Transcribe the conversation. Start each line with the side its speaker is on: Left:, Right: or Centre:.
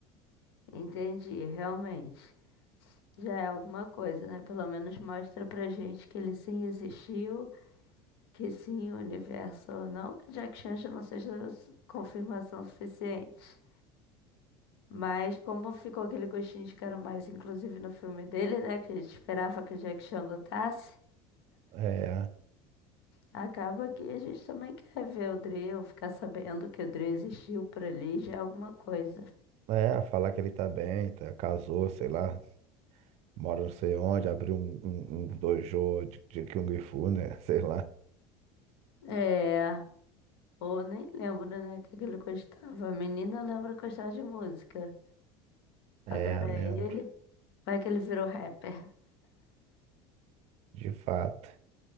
Left: Entendi, realmente. Já é alguma coisa, né? Pelo menos mostra pra gente que ele sim existiu Que sim, o universo ou não que Jack Chan já não seja su- confirmação suficiente. Mas como ficou aquele gostinho de quero mais, inclusive no filme dele, né? Que a gente esperava que o Jack Chan lutasse.
Right: É,
Left: Acaba que a gente também quer ver o Dre, ou ficar sabendo que o Dre existiu por ali, já é alguma coisa.
Right: é, falar que ele tá bem, tá, casou, sei lá, mora não sei onde, abriu um, um, um dojo de, de Kung Fu, né? <laughs> Sei lá.
Left: É, ou nem lembro, né, o que que ele gostava. A menina lembra que de música.
Right: É,
Left: Agora
Right: eu lembro,
Left: é ele, vai que ele virou rapper.
Right: de fato.